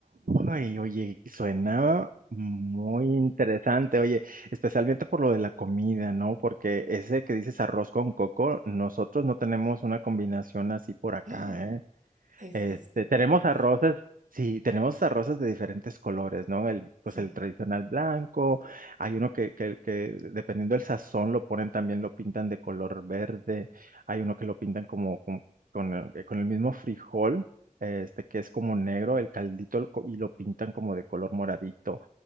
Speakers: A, on the right; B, on the right.
A: Ay, oye, suena muy interesante, oye, especialmente por lo de la comida, ¿no? Porque ese que dices arroz con coco, nosotros no tenemos una combinación así por acá,
B: ¡Ah! Es
A: Este,
B: espectacular.
A: tenemos arroces, sí, tenemos arroces de diferentes colores, ¿no? El,
B: Sí.
A: pues el tradicional blanco, hay uno que, que, que dependiendo del sazón lo ponen también, lo pintan de color verde, hay uno que lo pintan como con, con el, eh, con el mismo frijol, este, que es como negro, el caldito, lo co- y lo pintan como de color moradito